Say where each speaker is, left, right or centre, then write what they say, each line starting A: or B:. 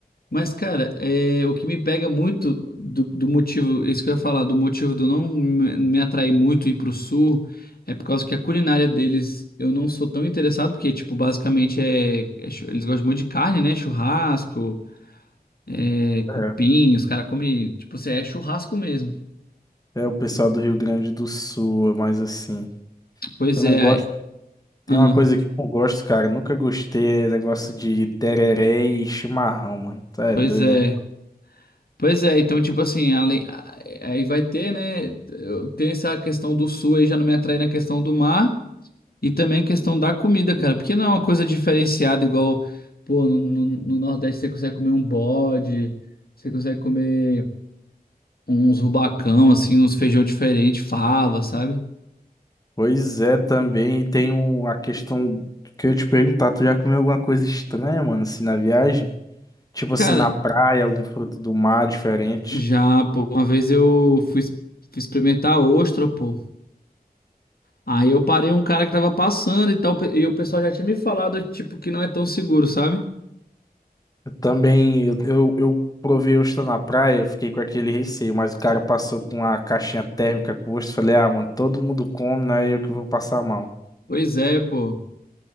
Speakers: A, on the left; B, on the left.
A: Mas, cara, é, o que me pega muito do, do motivo, isso que eu ia falar, do motivo de eu não me me atrair muito ir pro sul, é por causa que a culinária deles eu não sou tão interessado, porque, tipo, basicamente é, é chu- eles gostam muito de carne, né? Churrasco, é, cupim,
B: É.
A: os caras comem, tipo, assim, é churrasco mesmo.
B: É o pessoal do Rio Grande do Sul, é mais assim.
A: Pois
B: Eu não
A: é,
B: gosto. Tem
A: ah,
B: uma coisa que eu não gosto, cara. Nunca gostei, é negócio de tereré e chimarrão, mano. Tá é
A: pois
B: doido,
A: é.
B: é?
A: Pois é, então, tipo assim, além, a- aí vai ter, né? eu- Tem essa questão do sul aí já não me atrai na questão do mar e também a questão da comida, cara. Porque não é uma coisa diferenciada igual, pô, no, no- no Nordeste você consegue comer um bode, você consegue comer uns rubacão, assim, uns feijão diferente, fava, sabe?
B: Pois é, também e tem o- a questão que eu ia te perguntar, tu já comeu alguma coisa estranha, mano, assim, na viagem? Tipo assim,
A: Cara,
B: na praia, algum fruto do mar diferente.
A: já, pô, uma vez eu fui, es- fui experimentar a ostra, pô. Aí eu parei um cara que tava passando e tal, e o pessoal já tinha me falado, tipo, que não é tão seguro, sabe?
B: Eu também, eu, eu, eu provei ostra na praia, eu fiquei com aquele receio, mas o cara passou com a caixinha térmica com ostra, eu falei, ah, mano, todo mundo come, não é eu que vou passar mal.
A: Pois é, pô.